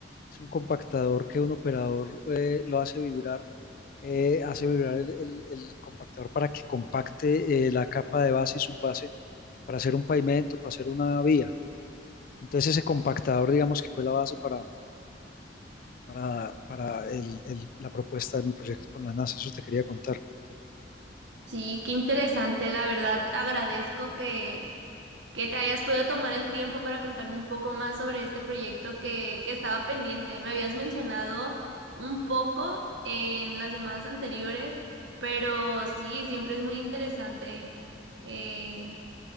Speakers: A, on the left; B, on the right.
A: Es un compactador que un operador eh, lo hace vibrar, eh, hace vibrar el, el- el compactador para que compacte eh, la capa de base y subbase para hacer un pavimento, para hacer una vía. Entonces ese compactador, digamos que fue la base para, para, para el- el- la propuesta de mi proyecto con la NASA. Eso te quería contar.
B: Sí, qué interesante, la verdad. Agradezco que, que te hayas podido tomar el tiempo para contarme un poco más sobre este proyecto que, que estaba pendiente. Me habías mencionado un poco en las llamadas anteriores, pero sí, siempre es muy interesante. Eh,